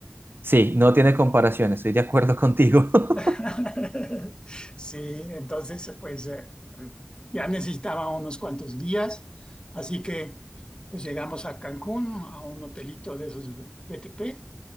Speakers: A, on the right; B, on the left.
A: Sí, no tiene comparación, estoy de acuerdo contigo. <laughs>
B: <laughs> Sí, entonces, pues eh, ya necesitaba unos cuantos días, así que pues llegamos a Cancún, a un hotelito de esos BTP,